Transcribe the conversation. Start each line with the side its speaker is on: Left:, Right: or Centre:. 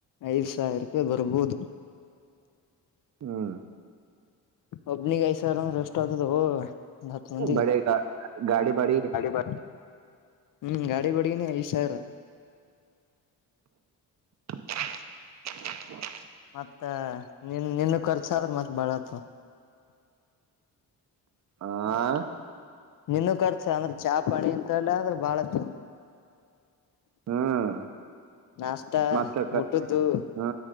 Left: ಐದ್ ಸಾವಿರ ರೂಪಾಯಿ ಬರ್ಬೋದು
Right: ಹ್ಮ್
Left: ಒಬ್ನಿಿಗೆ ಐ ಸರಂದ ರೆಸ್ಟ್ ಆಗ್ತದ ಹತ್ತು ಮಂದ
Right: ಬಡಿ ಗಾಡಿ ಬಾಡಿ
Left: ಗ ಹ್ಮ್ ಗಾಡಿ ಬಡಗಿನಿ ಐ ಸಾವಿರ
Right: <inaudible>
Left: ಮತ್ತ ನಿನ್ ನಿನ್ನ ಖರ್ಚಾದ್ರೆ ಮತ್ ಬಾಳತ್
Right: ಆ
Left: ನಿನ್ನ ಕರ್ತ ಅಂದ್ರೆ ಚಾ ಪಾಣಿ ಅಂತ ಎಲ್ಲ ಅಂದ್ರೆ ಬಾಳತ್
Right: ಹ್ಮ್
Left: ನಾಷ್ಟತಾ
Right: ಮತ್ತ
Left: ಊಟದ್ದು
Right: ಹ್ಮ